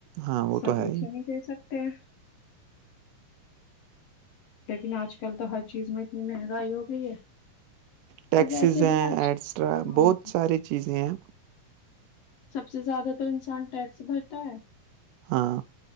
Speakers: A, on the right; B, on the left.
A: ہاں وہ
B: سجیشن
A: تو ہے
B: ہی دے سکتے ہیں لیکن آج کل تو ہر چیز میں اتنی مہنگائی ہو گئی ہے
A: ٹیکسیز
B: اور ویسے
A: ہیں
B: بھی
A: ایٹسٹرا
B: آج
A: بہت ساری چیزیں ہیں
B: سب سے زیادہ تو انسان ٹیکس بھرتا ہے
A: ہاں